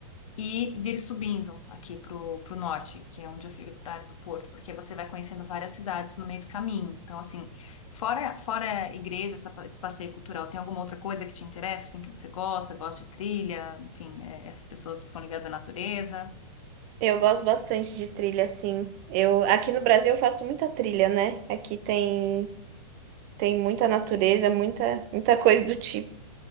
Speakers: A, on the left; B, on the right.
A: e vir subindo aqui para o norte, que é onde eu fico, para a área do Porto, porque você vai conhecendo várias cidades no meio do caminho. Então, assim, fora fora a igreja, essa- esse passeio cultural, tem alguma outra coisa que te interessa, assim, que você gosta, gosta de trilha, enfim, é, essas pessoas que são ligadas à natureza?
B: eu gosto bastante de trilha assim. Eu aqui no Brasil eu faço muita trilha, né? Aqui tem tem muita natureza, muita muita coisa do tipo.